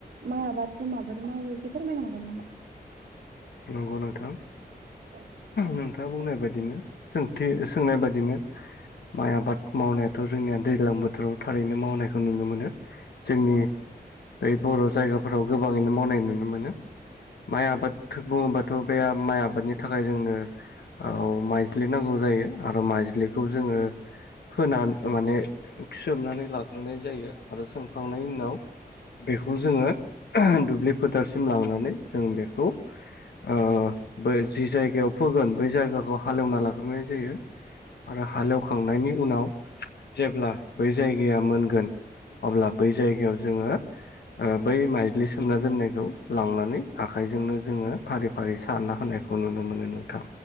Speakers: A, on the right (about 80°); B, on the left (about 85°).
A: माइ आबादखौ माबोरै मावो एसे फोरमायनो हागोन नामा
B: नंगौ नोंथां
A: औ
B: नोंथाङा बुंनाय बायदि बिदिनो सोंथि सोंनाय बादिनो माइ आबाद मावनायाथ जोंनिया दैज्लां बोथोराव थारैनो मावनायखौ नुनो मोनो जोंनि
A: औ
B: बै बर जायगाफोराव गोबाङैनो मावनाय नुनो मोनो माइ आबाद बुङोबाथ बे माइ आबादनि थाखाय जोंनो माइज्लि नांगौ जायो आरो माइज्लिखौ जोङो फोना माने सोमनानै लाग्रोनाय जायो आरो सोंमखांनायनि उनाव बेखौ जोङो दुब्लि फोथारसिम लांनानै जों बेखौ ओ जि जायगायाव फोगोन बै जायगाखौ हालेवना लाग्रोनाय जायो। आरो हालेवखांनायनि उनाव जेब्ला बै जायगाया मोनगोन अब्ला बै जायगायाव जोङो ओ बै माइज्लि सोमना दोननायखौ लांनानै आखाइजोंनो जोङो फारि फारि सानना होनायखौ नुनो मोनो नोंथां